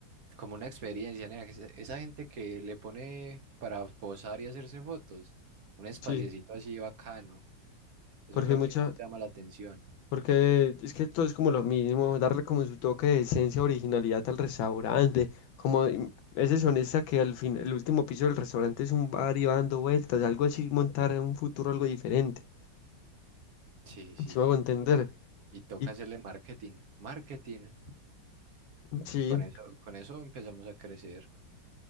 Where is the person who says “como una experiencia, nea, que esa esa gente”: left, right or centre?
Right